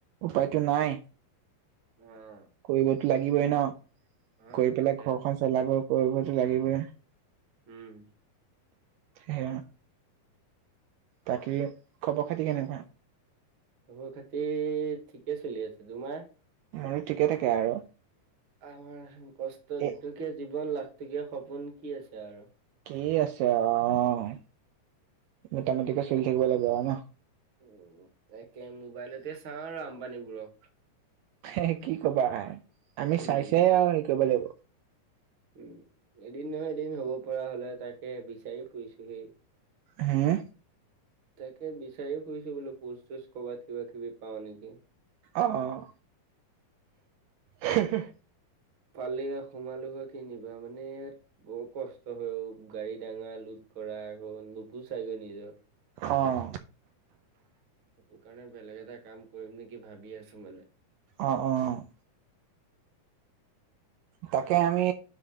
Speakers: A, on the right (about 75°); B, on the right (about 45°).
A: উপায়টো নাই।
B: অ',
A: কৰিবতো লাগিবই ন'?
B: অ',
A: কৰি পেলাই
B: তাকে
A: ঘৰখন চলাব কৰিবতো লাগিবই।
B: উম।
A: এয়া বাকী খবৰ খাতি কেনেকুৱা?
B: খবৰ - খাতি ঠিকে চলি আছে তোমাৰ?
A: মোৰো ঠিকে থাকে আৰু।
B: আমাৰ কষ্টোত
A: এ
B: দু টকীয়া জীৱন লাখটকীয়া সপোন কি আছে আৰু
A: কি আছে আও অঁ মোটামুটিকে চলি থাকিব লাগে আৰু ন'হ?
B: উম, তাকে মোবাইলতে চাওঁ আৰু আম্বানীবোৰক।
A: এ কি কবা আমি
B: উম,
A: চাই‌ চাই আৰু হেৰি কৰিব লাগিব।
B: উম, এদিন নহয় এদিন হ'ব পৰা হ'লে তাকে বিচাৰি ফুৰিছো দেই।
A: হে!
B: তাকে বিচাৰি ফুৰিছো বোলো পোচ চোচ ক'বাত কিবা কিবি পাওঁ নেকি।
A: অঁ <unintelligible>
B: পালে সোমালো গৈ কি নিবা? মানে ইয়াত বৰ কষ্ট হয় ঔ, গাড়ী ডাঙা, লোট কৰা আকৌ নোপোচাইগৈ নিজৰ
A: অঁ
B: সেটো কাৰণে বেলেগ এটা কাম কৰিম নেকি ভাবি আছো মানে।
A: অঁ, অঁ। তাকে আমি,